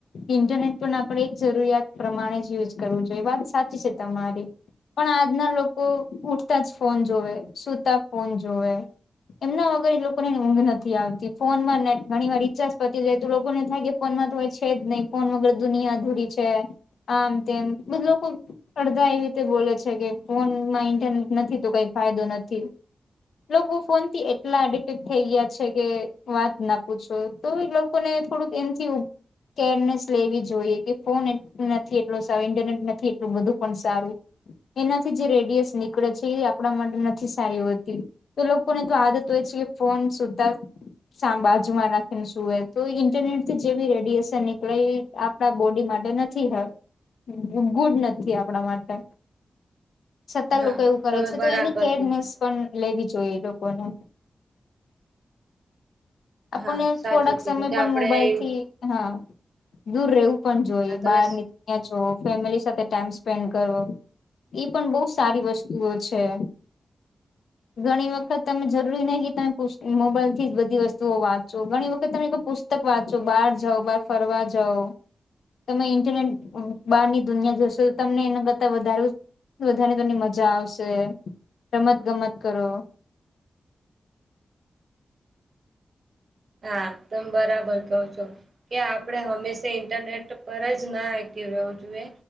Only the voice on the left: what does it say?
ઇન્ટરનેટ પણ આપણે એક જરૂરિયાત પ્રમાણે જ યુઝ કરવું જોઈએ વાત સાચી છે તમારી પણ આજના લોકો ઉઠતા જ ફોન જોવે સુતા ફોન જોવે એમના વગર એ લોકોને ઊંઘ નથી આવતી ફોન માં નેટ ઘણી વાર ઈચાર્જ પતી જાય તો લોકોને થાય કે ફોન માં તો છે જ નહીં ફોન વગર દુનિયા અધૂરી છે. આમ તેમમ મતલબ અડધા એવી રીતે બોલે છે કે ફોન માં ઇન્ટરનેટ નથી તો કઈ ફાયદો નથી. લોકો ફોન થી એટલા એડિક્ટ થઈ ગયા છે કે વાત ના પૂછો તો એ લોકો ને થોડુંક એમથી હું કેરનેસ લેવી જોઈએ કે ફોન નથી એટલો સારો ઇન્ટરનેટ નથી એટલું બધું પણ સારું એનાથી જે રેડિયસ નીકળે છે એ આપણા માટે નથી સારી હોતી. તો લોકો ને તો આદત હોય છે કે ફોન સુધા સાંભાળ માં રાખીને શુંય તો ઇન્ટરનેટ થી જેવી રેડિયશન નીકળે આપણા બોડી માટે નથી હારુ ગુડ નથી આપણા માટે છતાં
લોકો એવું કરે
છે
તો એની કેરનેસ
પણ લેવી જોઈએ લોકોને આપણને
થોડાક
સમય
પણ
મોબાઈલ થી હા દૂર રહેવું પણ જોઈએ
બહારની દુનિયા જાવ ફેમિલી સાથે ટાઈમ સ્પેન્ડ કરવો. એ પણ બહુ સારી વસ્તુઓ છે. ઘણી વખત તમે જરૂરી નહી કે તમે મોબાઈલ થી જ બધી વસ્તુ તો વાંચો ઘણી વખત તમે પુસ્તક વાંચો બાર જાવ બાર ફરવા જાવ તમે ઇન્ટરનેટ બહારની દુનિયા જશો તમને એના કરતા વધારે વધારે તોની મજા આવશે રમત ગમત કરો